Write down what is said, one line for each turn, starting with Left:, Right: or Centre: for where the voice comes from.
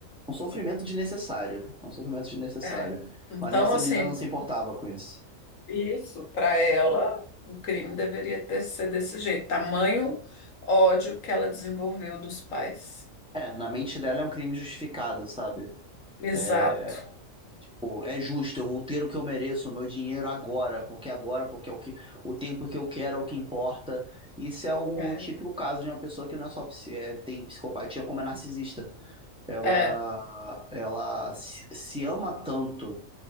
Centre: É Um sofrimento desnecessário. É um sofrimento desnecessário.
Left: É. Então,
Centre: Mas essa
Left: assim.
Centre: menina não se importava com isso.
Left: Isso, para ela, o crime deveria ter ser desse jeito, tamanho ódio que ela desenvolveu dos pais.
Centre: É, na mente dela é um crime justificado, sabe?
Left: Exato.
Centre: É, é justo, eu vou ter o que eu mereço, o meu dinheiro agora, porque agora, porque é o que o tempo que eu quero é o que importa. Isso é o
Left: É,
Centre: típico caso de uma pessoa que não é só psi- é, tem psicopatia, como é narcisista. Ela,
Left: é,
Centre: ela se se ama tanto